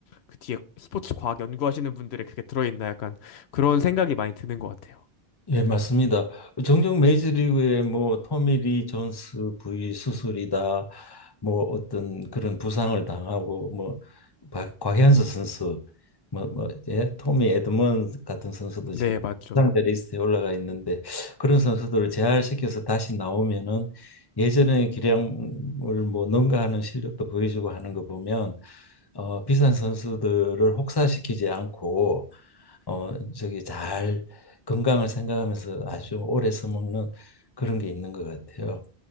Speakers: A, on the left (about 75°); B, on the left (about 25°).
A: 그 뒤에 스포츠 과학 연구하시는 분들의 그게 들어있나 약간 그런 생각이 많이 드는 것 같아요.
B: 예, 맞습니다. 종종 메이저리그에 뭐 토미 리 존스 부위 수술이다, 뭐 어떤 그런 부상을 당하고 뭐 박- 곽현수 선수, 뭐 뭐 예, 토미 에드먼 같은 선수도 지금
A: 네, 맞죠.
B: 부상자 리스트에 올라가 있는데 그런 선수들을 재활시켜서 다시 나오면은 예전의 기량을 뭐 능가하는 실력도 보여주고 하는 거 보면 어, 비싼 선수들을 혹사시키지 않고 어 저기 잘 건강을 생각하면서 아주 오래 써먹는 그런 게 있는 것 같아요.